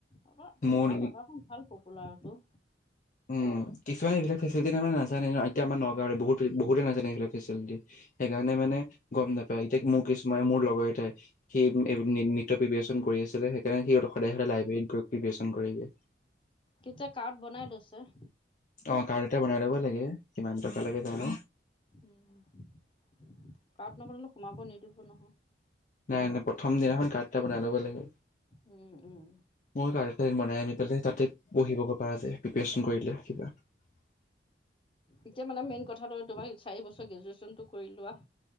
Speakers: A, on the left; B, on the left.
A: আমাৰ
B: মোৰ
A: আমাৰ নগাঁওখন ভাল পপুলাৰটো
B: উম, কিছুমানে এইবিলাক ফেচিলিটি তাৰমানে নাজানে না এতিয়া আমাৰ নগাঁওৰে বহুত বহুতে নাজানে এইবিলাক ফেচিলিটি সেইকাৰণে
A: উম,
B: মানে গম নাপায় এতিয়া মোৰ কিছুমানে মোৰ লগৰ এটাই সি নৃত প্ৰিপেৰেচন কৰি আছিলে সেইকাৰণে সি সদায় সদায় লাইব্ৰেৰীত গৈ প্ৰিপেৰেচন কৰিলে
A: তেতিয়া কাৰ্ড বনাই লৈছে
B: অ', কাৰ্ড এটা বনাই ল'ব লাগে কিমান টকা লাগে
A: উম,
B: জানো
A: উম, কাৰত নগলে সোমাব নিদিব নহয়
B: নাই নাই প্ৰথম দিনাখন কাৰ্ডটো বনাই ল'ব লাগিব
A: উম, উম,
B: মই কাৰ্ড এটা বনাই আনি পেলাই তাতে পঢ়িবগৈ পৰা যায় প্ৰিপাৰেচন কৰিলে কিবা উম
A: এতিয়া মানে মেইন কথাটো তোমাৰ চাৰি বছৰ গ্ৰেজুৱেশ্যনটো কৰি লোৱা